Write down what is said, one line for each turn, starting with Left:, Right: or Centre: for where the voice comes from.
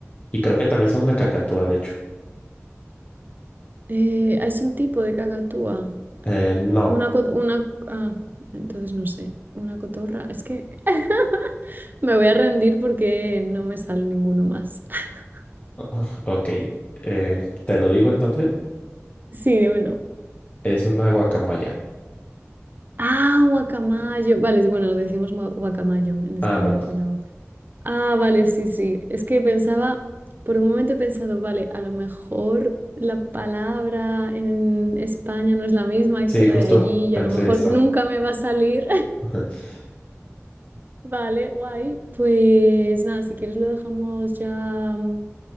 Left: Y creo que también son una cacatúa, de hecho.
Right: Eh, ah, es un tipo de cacatúa.
Left: Eh, no.
Right: Una, co- una, ah, entonces no sé, una cotorra. Es que <laughs> me voy a rendir porque no me sale ninguno más. <laughs>
Left: <laughs> Ok. Eh, te lo digo entonces.
Right: Sí, dímelo.
Left: Es una guacamaya.
Right: Ah, guacamayo. Vale, bueno, decimos gua- guacamayo en España
Left: Ah, bueno.
Right: con la O. Ah, vale, sí, sí. Es que pensaba, por un momento he pensado, vale, a lo mejor la palabra en España no es la misma
Left: Sí,
Right: que la
Left: justo
Right: de allí y
Left: pensé
Right: a lo mejor
Left: esto.
Right: nunca me va a salir.
Left: <laughs>
Right: Vale, guay. Pues nada, si quieres lo dejamos ya mm,